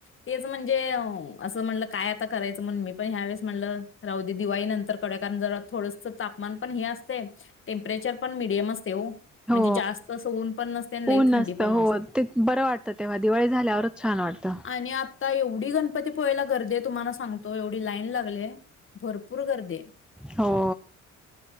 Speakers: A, on the left (about 40°); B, in the centre.
A: तेच म्हणजे. म्हणलं काय आता करायचं म्हण मी पण ह्यावेळेस म्हणलं राहूदे. दिवाळी नंतर काढुया कारण जर थोडस तापमान पण हे असते टेम्परेचर पण मीडियम असते हो.
B: हो
A: म्हणजे जास्त आस ऊन पण नसते. आणि लई
B: ऊन
A: थंडी
B: नसतं
A: पण
B: हो
A: नसते.
B: ते बरं वाटतं तेव्हा दिवाळी झाल्यावरच छान वाटतं.
A: आणि आता एवढी गणपती पोहायला गर्दी आहे. तुम्हाला सांगतो एवढी लाईन. लागले. भरपूर गर्दी हाय.
B: हो.